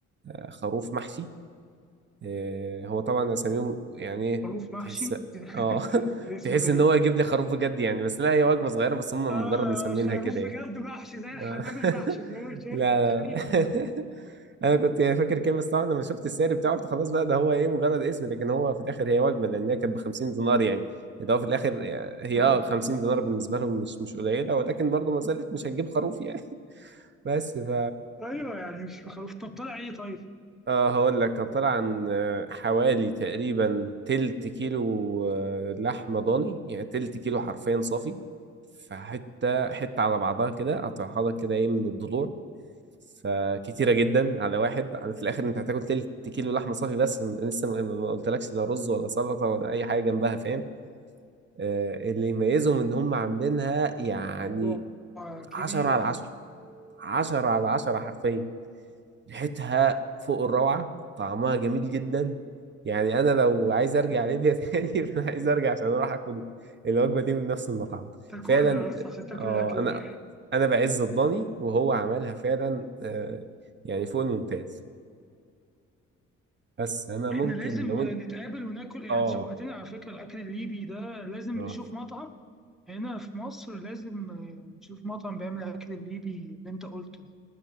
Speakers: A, on the right (about 35°); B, in the centre.
A: آه، خروف محشي إيه، هو طبعا اساميهم يعني ايه
B: خروف محشي
A: تحس
B: <laughs>
A: اه <laughs>
B: الاسم
A: تحس
B: غريب
A: ان هو يجيب لي خروف بجد يعني بس لا هي وجبه صغيره بس هم
B: اه
A: مجرد مسمينها
B: خروف
A: كده
B: بجد
A: يعني
B: محشي زي الحمام
A: آه.
B: المحشي
A: <laughs>
B: في شركة
A: لا
B: تخيل
A: لا لا. <laughs> انا كنت يعني فاكر كده بس طبعا لما شفت السعر بتاعه قلت خلاص بقى ده هو ايه مجرد اسم لكن هو في الاخر هي وجبه لان هي كانت ب 50 دينار يعني ده هو في الاخر هي
B: اه
A: اه 50 دينار بالنسبه لهم مش مش قليله ولكن برضه ما زالت مش هتجيب خروف يعني <laughs> بس ف
B: ايوه يعني مش خروف طب طلع ايه طيب
A: اه هقول لك كان طالع عن آه، حوالي تقريبا تلت كيلو آه، لحمة ضاني يعني تلت كيلو حرفيا صافي فحتة حتة على بعضها كده قطعها لك كده ايه من الضلوع فكتيرة جدا على واحد يعني في الآخر أنت هتاكل تلت كيلو لحمة صافي بس م- لسه ما ما- ما قلتلكش لا رز ولا سلطة ولا أي حاجة جنبها فاهم آه، اللي يميزهم إن هم عاملينها يعني
B: موضوع آه، كبير
A: عشرة على
B: أوي
A: عشرة عشرة على عشرة حرفيا ريحتها فوق الروعة طعمها جميل جدا يعني أنا لو عايز أرجع ليبيا <laughs> تاني فأنا عايز أرجع عشان أروح أكل الوجبة دي من نفس المطعم
B: تاكلها
A: فعلا
B: بس عشان تاكل
A: آه
B: الاكل
A: أنا
B: ده
A: أنا بعز الضاني وهو عملها فعلا آه يعني فوق الممتاز بس أنا ممكن
B: احنا لازم
A: لو أنت
B: نتقابل وناكل يعني
A: آه
B: شوقتنا على فكرة الأكل الليبي ده لازم
A: آه
B: نشوف مطعم هنا في مصر لازم آه، نشوف مطعم بيعمل الأكل الليبي اللي أنت قلته ده